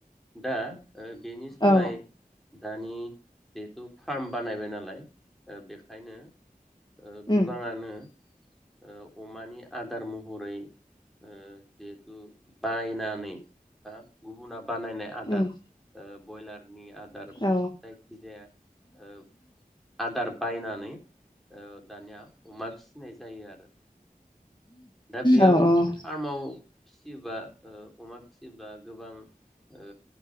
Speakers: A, in the centre; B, on the left.
A: दा ओ बेनि सोलाय
B: औ
A: दानि जिहेथु फार्म बानायबाय नालाय बेखायनो ओ
B: उम
A: गोबांङानो ओ अमानि आदार महरै ओ जिहेथु बायनानै बा गुबुना बानायनाय आदार
B: उम
A: ओ ब्रयलार नि आदार बा
B: औ
A: जायखि जाया ओ आदार बायनानै ओ दानिया अमा फिनाय जायो आरो दा बेयाव
B: औ औ उम
A: फारामाव फिसियोब्ला ओ अमा फिसियोब्ला गोबां ओ